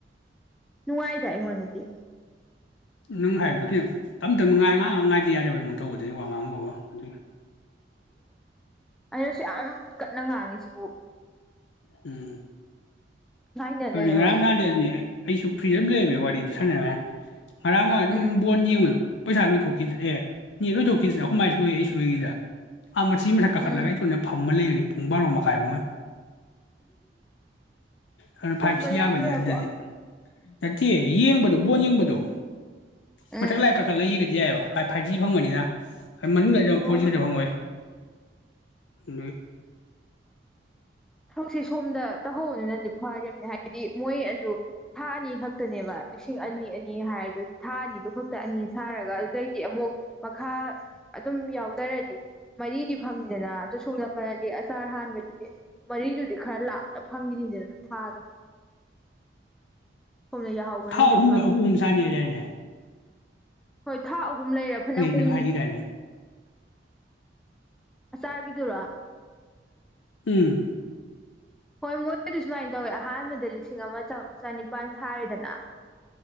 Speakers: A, in the centre; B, on the left.
A: ꯅꯨꯡꯉꯥꯏ ꯇꯥꯏ ꯍ ꯅꯗꯤ
B: ꯅꯪ ꯍꯥꯏꯕꯗꯣ ꯈꯤꯇꯪ ꯇꯞ ꯇꯞꯅ ꯉꯥꯏ ꯉꯥꯡ ꯉꯥꯏꯗꯦ ꯌꯥꯗꯅꯕꯒꯤꯃꯨꯛ ꯇꯧꯕꯗꯨꯅꯤ ꯋꯥ ꯉꯥꯡꯉꯕ ꯑꯗꯨꯒꯤ
A: ꯑꯩꯅꯁꯨ ꯌꯥꯝ ꯀꯟꯅ ꯉꯥꯡꯉꯤꯁꯤꯕꯨ
B: ꯎꯝ
A: ꯉꯅꯦ
B: ꯑꯗꯨꯅꯦ
A: ꯂꯩ
B: ꯉꯔꯥꯡ
A: ꯑꯋꯥꯗꯗ
B: ꯅꯍꯥꯟꯗꯤ ꯑꯗꯨꯅꯦ ꯑꯩꯁꯨ ꯐ꯭ꯔꯤꯗ ꯑꯃ ꯂꯩꯔꯝꯃꯦ ꯋꯥꯔꯤꯗ ꯁꯥꯟꯅꯔꯉꯥꯏ ꯉꯔꯥꯡ ꯑꯗꯨꯝ
A: ꯎꯝ
B: ꯕꯣꯟ ꯌꯦꯡꯕꯗꯕ ꯄꯩꯁꯥ ꯂꯣꯏꯊꯣꯛꯈꯤꯗ꯭ꯔ ꯑꯦꯅꯦ ꯂꯣꯏꯊꯣꯛꯈꯤꯗꯅ ꯑꯩꯈꯃꯥꯏꯁꯨ ꯂꯣꯏ ꯑꯩꯁꯨ ꯂꯣꯏꯈꯤꯗ ꯑꯥ ꯃꯁꯤ ꯃꯊꯛ ꯀꯥꯈꯠꯂꯒ
A: ꯎꯝ
B: ꯑꯩ ꯀꯣꯟꯅ ꯐꯝꯃ ꯂꯩꯕꯅꯤ ꯄꯨꯡ ꯕꯥꯔꯣ ꯃꯈꯥꯏꯕꯨꯡꯉ ꯑꯗꯨꯅ ꯐꯥꯏꯚ
A: ꯎ ꯇ
B: ꯁꯤ
A: ꯌꯥꯗ꯭ꯔꯦ
B: ꯌꯥꯕꯅꯤ ꯑꯗꯨꯗꯗꯤ
A: ꯑꯕꯋꯥ
B: ꯅꯠꯇꯦ ꯌꯦꯡꯕꯗꯨꯣ ꯕꯣꯟ ꯌꯦꯡꯕꯗꯣ ꯃꯒ
A: ꯎꯝ
B: ꯂꯑ ꯀ ꯈꯜꯂꯒ ꯌꯥꯏꯕ ꯐꯥꯏꯊ ꯐꯪꯕꯅꯤꯅ ꯃꯅꯨꯡꯗ ꯌꯥꯝ
A: ꯑꯣ
B: ꯐꯣꯔꯁꯤ ꯍꯗ ꯐꯪꯉꯣꯏ ꯑ
A: ꯊꯕꯛꯁꯦ ꯁꯣꯝꯗ ꯇꯧꯍꯧꯕꯅꯤꯅꯅꯦ ꯐꯅꯦ ꯍꯥꯏꯗꯤ ꯃꯣꯏ ꯑꯗꯨ ꯊꯥ ꯑꯅꯤ ꯈꯛꯇꯅꯦꯕ ꯂꯤꯁꯤꯡ ꯑꯅꯤ ꯑꯅꯤ ꯍꯥꯏꯔꯁꯨ ꯊꯥ ꯑꯅꯤꯗꯨ ꯈꯛꯇ ꯑꯅꯤ ꯁꯥꯔꯒ ꯑꯗꯨꯗꯩꯗꯤ ꯑꯃꯨꯛ ꯃꯈꯥ ꯑꯗꯨꯝ ꯌꯥꯎꯗꯔꯗꯤ ꯃꯔꯤꯗꯤ ꯐꯪꯉꯤꯗꯅ ꯑꯗꯨ ꯁꯣꯝ ꯅꯥꯀꯜꯗꯗꯤ ꯑꯆꯥꯔ ꯍꯥꯟꯕꯩꯗꯨꯗꯤ ꯃꯔꯤꯗꯨꯗꯤ ꯈꯔ ꯂꯥꯞꯅ ꯐꯪꯈꯤꯅꯤꯗꯗꯅ ꯊꯥꯗꯣ ꯁꯣꯝꯗ ꯌꯥꯍꯧꯕꯅꯗꯤ
B: ꯊꯥ ꯑꯍꯨꯝꯗ
A: ꯐꯕꯅꯤ
B: ꯑꯍꯨꯝ ꯑꯨꯝ ꯁꯥꯅꯤꯗꯅꯦ
A: ꯍꯣꯏ ꯊꯥ ꯑꯍꯨꯝ ꯂꯩꯔꯦ ꯐꯅ ꯀꯨꯏꯅꯤ
B: ꯅꯪ ꯍꯥꯏꯈꯤꯗꯥꯏꯅꯦ
A: ꯑ ꯆꯥꯔꯒꯤꯗꯨꯔ
B: ꯎ
A: ꯍꯣꯏ ꯃꯣꯏꯕꯨꯗꯤ ꯁꯨꯃꯥꯏꯅ ꯇꯧꯋꯦ ꯑꯍꯥꯟꯕꯗ ꯂꯤꯁꯤꯡ ꯑꯃ ꯆꯅꯤꯄꯥꯜ ꯁꯥꯔꯤꯦꯗꯅ